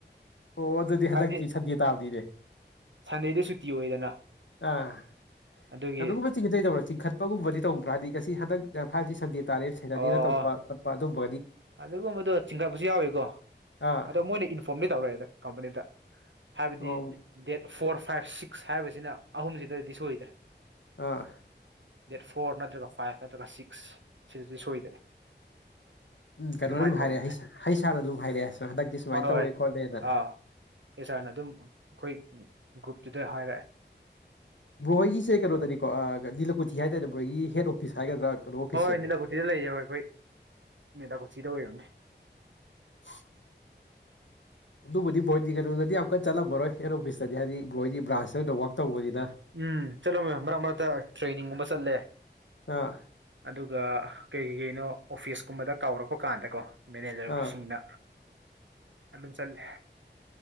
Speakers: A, on the left; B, on the right.
A: ꯑꯣ ꯑꯗꯨ ꯑꯗꯨꯗꯤ
B: ꯍꯥꯏꯕꯗꯤ
A: ꯍꯗꯛꯀꯤ ꯁꯗꯤ ꯇꯥꯕꯗꯤ ꯔꯦ
B: ꯁꯟꯗꯦꯗ ꯁꯨꯇꯤ ꯑꯣꯏꯗꯅ
A: ꯑꯥ
B: ꯑꯗꯨꯒꯤ
A: ꯀꯨꯝꯕ ꯆꯤꯡꯈꯠꯆꯗꯕ꯭ꯔꯥ ꯆꯤꯡꯈꯠꯄꯒꯨꯝꯕꯗꯤ ꯇꯧꯗ꯭ꯔꯥ ꯍꯥꯏꯗꯤ ꯉꯁꯤ ꯍꯟꯗꯛ ꯐꯥꯏꯁꯤ ꯁꯟꯗꯦ ꯇꯥꯔꯦ ꯁꯦꯇꯔꯗꯦꯗ
B: ꯑꯣ
A: ꯇꯧꯕꯄꯣꯄ ꯑꯗꯨꯒꯨꯝ
B: ꯑꯗꯨꯒꯨꯝꯕꯗꯣ ꯆꯤꯡꯊꯕꯁꯨ ꯌꯥꯎꯏꯤꯀꯣ
A: ꯑꯥ
B: ꯑꯗꯣ ꯃꯣꯏꯅ ꯏꯟꯐꯣꯝꯗꯤ ꯇꯧꯔꯛꯑꯦꯗ ꯀꯝꯄꯅꯤꯗ ꯍꯥꯏꯕꯗꯤ
A: ꯑꯣ
B: ꯗꯦꯠ ꯐꯣꯔ ꯐꯥꯏꯚ ꯁꯤꯛꯁ ꯍꯥꯏꯕꯁꯤꯅ ꯑꯍꯨꯝꯁꯤꯗꯗꯤ ꯁꯣꯏꯗ꯭ꯔꯦ
A: ꯑꯥ
B: ꯗꯦꯠ ꯐꯣꯔ ꯅꯠꯇ꯭ꯔꯒ ꯐꯥꯏꯚ ꯅꯠꯇ꯭ꯔꯒ ꯁꯤꯛꯁ ꯁꯤꯗꯗꯤ ꯁꯣꯏꯗ꯭ꯔꯦ
A: <unintelligible> ꯎꯝ ꯀꯩꯅꯣꯅ
B: ꯑꯗꯨꯃꯥꯏꯅ
A: ꯑꯗꯨꯝ
B: ꯇꯧꯋꯦꯁꯦ
A: ꯍꯥꯏꯔꯛꯑꯦ ꯍꯩꯁꯥꯅ ꯑꯗꯨꯝ ꯍꯥꯏꯔꯛꯦꯁ ꯍꯟꯗꯛꯇꯤ ꯁꯨꯃꯥꯏꯅ
B: ꯍꯣꯏ ꯍꯣꯏ
A: ꯇꯧꯋꯦ ꯈꯣꯠꯂꯦꯅ
B: ꯑꯥ ꯑꯦ ꯁꯥꯔꯅ ꯑꯗꯨꯝ ꯑꯩꯈꯣꯏ ꯒ꯭ꯔꯨꯞꯇꯨꯗ ꯍꯥꯏꯔꯛꯑꯦ
A: ꯕ꯭ꯔꯍꯣꯏꯒꯤꯁꯦ ꯀꯩꯅꯣꯗꯅꯤꯀꯣ ꯅꯤꯂꯀꯨꯊꯤ ꯍꯥꯏꯇꯥꯔꯅꯦ ꯕ꯭ꯔꯣꯣꯏꯒꯤ ꯍꯦꯠ ꯑꯣꯐꯤꯁ ꯍꯥꯏꯒꯗ꯭ꯔꯥ ꯀꯩꯅꯣ ꯑꯣꯐꯤꯁꯁꯦ
B: ꯍꯣꯏ ꯅꯅꯤꯂꯥꯀꯨꯊꯤꯗ ꯂꯩꯌꯦ ꯍꯣꯏ ꯑꯩꯈꯣꯏ ꯅꯤꯂꯥꯀꯨꯁꯤꯤꯗ ꯑꯣꯏꯔꯝꯅꯦ
A: <unintelligible> ꯑꯗꯨꯕꯨꯗꯤ ꯕ꯭ꯔꯣꯏꯗꯤ ꯀꯩꯅꯣꯗꯗꯤ ꯌꯥꯝ ꯀꯠ ꯆꯠꯂꯝꯃꯔꯣꯏ ꯍꯦꯠ ꯑꯣꯐꯤꯁꯇꯗꯤ ꯍꯥꯏꯗꯤ ꯕꯣꯏꯗꯤ ꯕ꯭ꯔꯥꯟꯁꯇꯅ ꯋꯥꯛ ꯇꯧꯕꯅꯤꯅ
B: ꯎꯝ ꯆꯠꯂꯣꯃꯦ ꯃꯔꯛ ꯃꯔꯛꯇ ꯇ꯭ꯔꯦꯅꯤꯡꯒꯨꯝꯕ ꯆꯠꯂꯦ
A: ꯑꯥ
B: ꯑꯗꯨꯒ ꯀꯩ ꯀꯩ ꯀꯅꯣ ꯑꯣꯐꯤꯁ ꯀꯨꯝꯕꯗ ꯀꯥꯎꯔꯛꯄ ꯀꯥꯟꯗꯀꯣ ꯃꯦꯅꯦꯖꯔꯁꯤꯡꯅ
A: ꯑꯥ
B: ꯑꯗꯨꯝ ꯆꯜꯦ